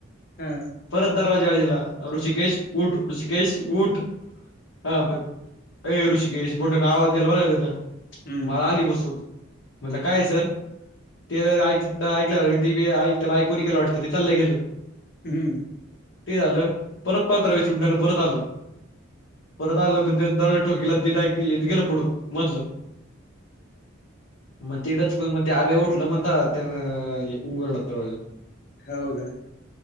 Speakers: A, on the left; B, on the left.
A: हम्
B: परत दरवाजा आजला ऋषिकेश ऊठ ऋषिकेश उऊठ हा म ए ऋषिकेश मोठ ना आवाजला वरगते ना.
A: हम्म
B: मला आली बसूत म्हटलं काय सर ते ऐक ऐकलं तीी त्याला ऐकूून गेलं वाटत ते चाललं गेलं.
A: हम्म.
B: ते झालं परतपात्रावी चुंड्यान परत आलं. परत आलं पण त्या दज ठोकला त गेलं पडून मधलं मग <inaudible> त्या आब्या उठलं म्हणता त्या उघडलं ते
A: हो का?